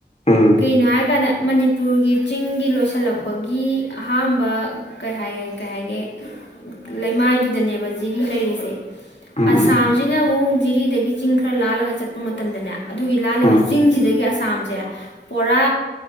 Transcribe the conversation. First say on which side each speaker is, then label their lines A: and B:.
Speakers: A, on the left; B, on the left.
A: ꯎꯝ
B: ꯀꯩꯅꯣꯉ ꯀꯅ ꯃꯅꯤꯄꯨꯔꯒꯤ ꯆꯤꯡꯒꯤ ꯂꯣꯏꯁꯤꯜꯂꯛꯄꯒꯤ ꯑꯍꯥꯝꯕ ꯀꯩ ꯍꯥꯏꯒꯦ ꯀꯩ ꯍꯥꯏꯒꯦ ꯂꯩꯃꯥꯏꯗꯨꯗꯅꯦꯕ ꯖꯤꯔꯤ ꯂꯩꯔꯤꯁꯦ
A: ꯎꯝ
B: ꯑꯁꯥ
A: ꯎꯝ
B: ꯖꯤꯛꯅ ꯑꯃꯨꯛ ꯖꯤꯔꯤꯗꯒꯤ ꯆꯤꯡ ꯈꯔ ꯂꯥꯜꯂꯒ ꯆꯠꯄ ꯃꯇꯝꯗꯅꯦ ꯑꯗꯨꯒꯤ ꯂꯥꯜꯂꯤꯕ
A: ꯎꯝ
B: ꯆꯤꯡꯁꯤꯗꯒꯤ ꯑꯁꯥꯝꯁꯦ ꯄꯣꯔꯥ